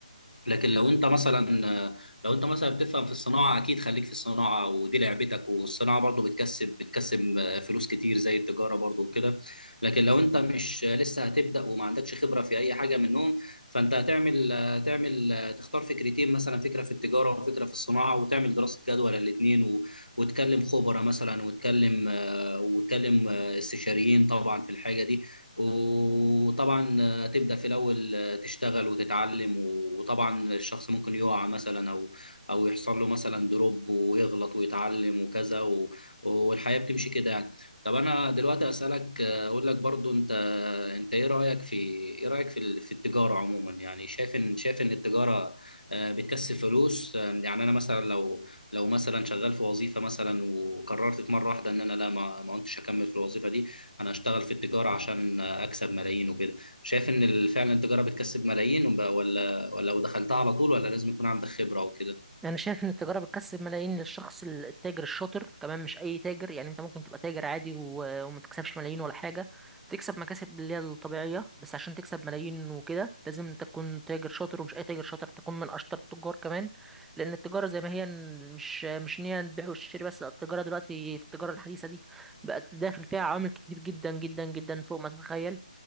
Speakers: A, on the left (about 85°); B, in the centre.
A: لكن لو انت مثلا لو انت مثلا بتفهم في الصناعه اكيد خليك في الصناعه ودي لعبتك والصناعه برضو بتكسب بتكسب فلوس كتير زي التجاره برضو وكده لكن لو انت مش لسه هتبدا وما عندكش خبره في اي حاجه منهم فانت هتعمل هتعمل تختار فكرتين مثلا فكره في التجاره وفكره في الصناعه وتعمل دراسه جدوى للاثنين و... وتكلم خبراء مثلا وتكلم وتكلم استشاريين طبعا في الحاجه دي وطبعا آه، تبدأ في الأول آه، تشتغل وتتعلم وطبعا الشخص ممكن يقع مثلا أو أو يحصل له مثلا دروب ويغلط ويتعلم وكذا و- والحياة بتمشي كده يعني طب أنا دلوقتي أسألك آه، أقول لك برضو أنت أنت إيه رأيك في إيه رأيك في ال- في التجارة عموما يعني شايف إن شايف إن التجارة آه، بتكسب فلوس آه، يعني أنا مثلا لو لو مثلا شغال في وظيفة مثلا وقررت في مرة واحدة إن أنا لا ما ما كنتش أكمل في الوظيفة دي انا اشتغل في التجارة عشان اكسب ملايين وكده شايف ان فعلا التجاره بتكسب ملايين وب- ولا ولا لو دخلتها على طول ولا لازم يكون عندك خبره وكده
B: انا شايف ان التجاره بتكسب ملايين للشخص ال- التاجر الشاطر كمان مش اي تاجر يعني انت ممكن تبقى تاجر عادي و- وما تكسبش ملايين ولا حاجه تكسب مكاسب اللي هي الطبيعيه بس عشان تكسب ملايين وكده لازم انت تكون تاجر شاطر ومش اي تاجر شاطر تكون من اشطر التجار كمان لان التجاره زي ما هي ن- مش مش ان هي البيع والشراء بس لا، التجاره دلوقتي في التجاره الحديثه دي بقت داخل فيها عوامل كتير جدا جدا جدا فوق ما تتخيل